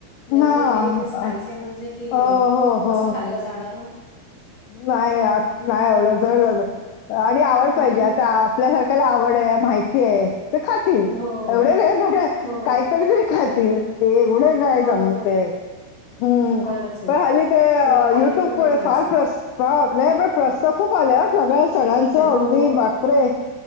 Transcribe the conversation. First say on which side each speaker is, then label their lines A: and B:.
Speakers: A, on the left; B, on the left.
A: एवढे
B: हां.
A: ते तेच
B: अ,
A: खायचे म्हणजे कि,
B: हो, हो, हो.
A: कसं खाल्लं जाणार ओ?
B: नाही आ नाही. एवढं, जड जात आणि आवड
A: हम्म
B: पाहिजे. आता आपल्यासारख्याला आवडय. माहितीय. ते खातील.
A: हो
B: एवढे नाही प
A: हो
B: काहीतरी, तरी खातील. एवढे नाही
A: बरोबर
B: जम ते. हम्म.
A: खरंच आहे.
B: पण हली ते
A: तेवढे खाल्ले
B: युट्यूबमुळे,
A: पण नाही जायचे.
B: फार प्रस, नाही पण प्रस स्थ खूप आल्या, सगळ्या सणांचं.
A: हो,
B: अगदी,
A: हो.
B: बापरे!